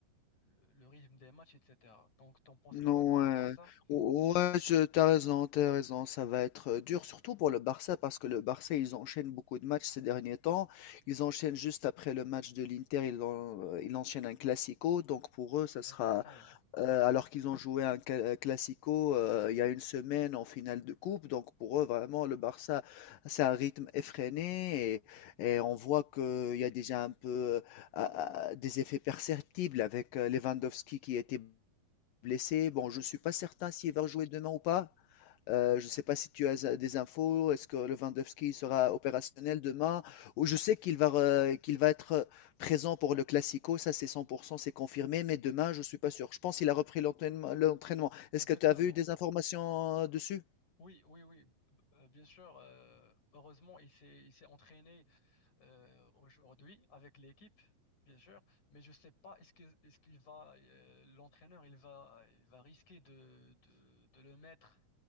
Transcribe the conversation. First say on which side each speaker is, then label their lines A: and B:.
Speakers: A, on the left; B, on the left.
A: le, le rythme des matchs, etc. Donc, t'en penses
B: Non,
A: quoi par
B: ouais,
A: rapport à ça?
B: Ou- ouais, je- t'as raison, t'as raison, ça va être euh, dur, surtout pour le Barça, parce que le Barça, ils enchaînent beaucoup de matchs ces derniers temps. Ils enchaînent juste après le match de l'Inter, ils, en- euh, ils enchaînent un Classico, donc pour eux, ça sera,
A: Exactement.
B: euh, alors qu'ils ont joué un ca- euh, Classico euh, il y a une semaine en finale de coupe, donc pour eux, vraiment, le Barça, c'est un rythme effréné, et, et on voit qu'il y a déjà un peu euh, à- à- des effets perceptibles avec euh, Lewandowski qui était Blessé, bon, je ne suis pas certain s'il va rejouer demain ou pas. Euh, je ne sais pas si tu as euh, des infos. Est-ce que Lewandowski sera opérationnel demain? Ou je sais qu'il va, re- qu'il va être euh, présent pour le Classico. Ça, c'est 100%, c'est confirmé. Mais demain, je ne suis pas sûr. Je pense qu'il a repris l'entraînement. l'entraînement. Est-ce
A: Exactement.
B: que tu as vu des informations euh, dessus?
A: Oui, oui, oui, b- euh, bien sûr. euh, heureusement, il s'est, il s'est entraîné euh, aujourd'hui avec l'équipe, bien sûr, mais je sais pas est-ce que est-ce qu'il va euh, l'entraîneur il va il va risquer de, de, de le mettre